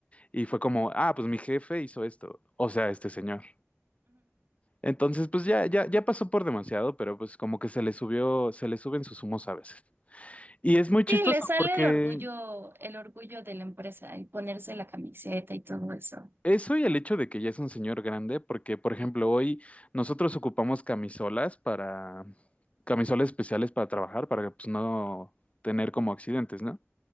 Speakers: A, on the left; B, on the right.
A: y fue como, ah, pues mi jefe hizo esto, o sea, este señor. Entonces, pues ya, ya, ya pasó por demasiado, pero pues como que se le subió, se le suben sus humos a veces. Y es muy chistoso
B: Sí, le sale
A: porque
B: el orgullo, el orgullo de la empresa, el ponerse la camiseta y todo eso.
A: Eso y el hecho de que ya es un señor grande, porque por ejemplo hoy nosotros ocupamos camisolas para, camisolas especiales para trabajar, para pues, no tener como accidentes, ¿no?